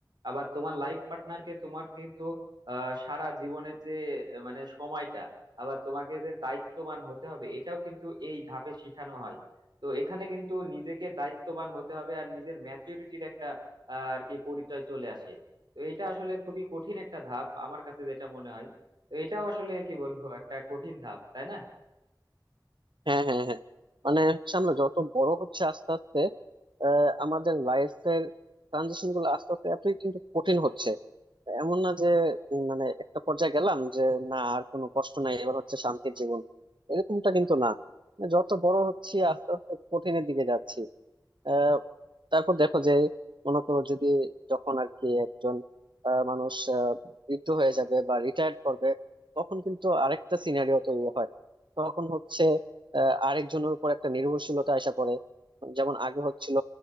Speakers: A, on the right (about 65°); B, on the right (about 85°).
A: আবার তোমার লাইফ পার্টনারকে তোমার কিন্তু আহ, সারা জীবনের যে আহ, মানে সময়টা আবার তোমাকে যে দায়িত্ববান হতে হবে এটাও কিন্তু এই ধাপে শিখানো হয় তো এখানে কিন্তু নিজেকে দায়িত্ববান হতে হবে আর নিজের ম্যাচুরিটির একটা আহ, আর কি পরিচয় চলে আসে তো এটা আসলে খুবই কঠিন একটা ধাপ আমার কাছে যেটা মনে হয় তো এটাও আসলে কি বলবো একটা কঠিন ধাপ তাই না
B: হ্যাঁ হ্যাঁ হ্যাঁ মানে হচ্ছে আমরা যত বড় হচ্ছে আস্তে আস্তে আহ, আমাদের লাইফের ট্রানজিশন গুলো আস্তে আস্তে এতই কিন্তু কঠিন হচ্ছে এমন না যে উম, মানে একটা পর্যায়ে গেলাম যে না আর কোনো কষ্ট নাই এবার হচ্ছে শান্তির জীবন এরকমটা কিন্তু না যত বড় হচ্ছি আস্তে আস্তে কঠিনের দিকে যাচ্ছি আহ, তারপর দেখো যে মনে করো যদি যখন আর কি একজন আহ, মানুষ আহ, বৃদ্ধ হয়ে যাবে বা রিটায়ার্ড করবে তখন কিন্তু আরেকটা সিনারিও তৈরি হয় তখন হচ্ছে আহ, আরেকজনের উপর একটা নির্ভরশীলতা আসা পড়ে যেমন আগে হচ্ছিল